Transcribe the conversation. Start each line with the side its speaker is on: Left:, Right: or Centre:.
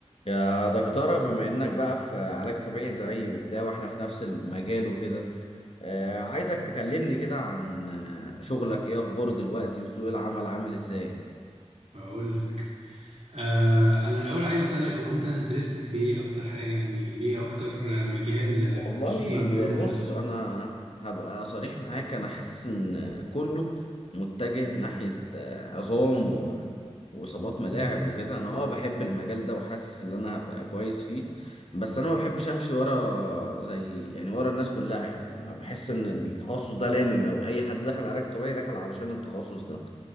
Left: يا دكتورة بما انك بقى في علاج طبيعي زيي وبتاع واحنا في نفس المجال وكده آه، عايزك تكلمني كده عن آه، شغلك ايه اخباره دلوقتي وسوق العمل عامل ازاي
Right: هقول لك آه انا الاول عايز اسالك هو انت انترستد في ايه اكتر حاجه يعني ايه اكتر آه، مجال آه،
Left: والله
Right: في الشغل عندنا
Left: بص
Right: حاسه
Left: انا هبقى صريح معاك انا حاسس ان كله متجه ناحية آه، عظام و- واصابات
Right: مم.
Left: ملاعب وكده انا اه بحب المجال ده وحاسس ان انا هبقى كويس فيه بس انا ما بحبش امشي ورا زي يعني ورا الناس كلها يعني ما بحس ان التخصص ده لامم او اي حد دخل علاج طبيعي دخل علشان التخصص ده